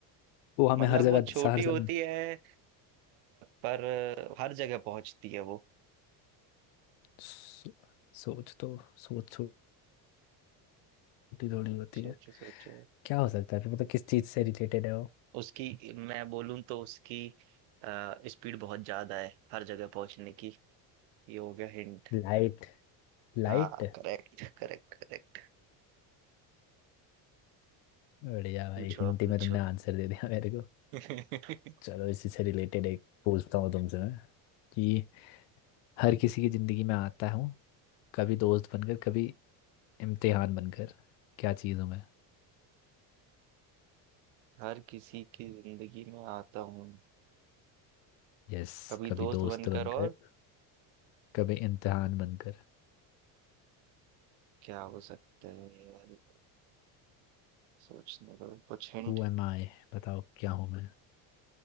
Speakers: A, on the left; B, on the right.
A: वो हमें
B: मतलब
A: हर जगह
B: वो छोटी
A: स- हर समय
B: होती है आ, पर हर जगह पहुंचती है वो
A: सो, सोच तो सोच छोटी थोड़ी होती
B: सोचो
A: है
B: सोचो
A: क्या हो सकता है फिर मतलब किस चीज से रिलेटेड है वो
B: उसकी मैं बोलूं तो उसकी आ, स्पीड बहुत ज्यादा है हर जगह पहुंचने की ये हो गया हिंट
A: लाइट लाइट
B: हाँ करेक्ट करेक्ट करेक्ट
A: बढ़िया भाई
B: पूछो
A: हिंदी
B: अब पूछो
A: में तुमने आंसर दे दिया मेरे को
B: <laughs> हम्म
A: चलो इसी से रिलेटेड एक पूछता हूँ तुमसे मैं कि हर किसी की जिंदगी में आता हूँ कभी दोस्त बनकर कभी इम्तिहान बनकर क्या चीज़ हूँ मैं
B: हर किसी की जिंदगी में आता हूँ
A: यस
B: कभी
A: कभी
B: दोस्त
A: दोस्त
B: बनकर
A: बनकर
B: और
A: कभी इम्तिहान बनकर
B: क्या हो सकता है यार सोचने दो कुछ हिंट
A: Who am I बताओ क्या हूँ मैं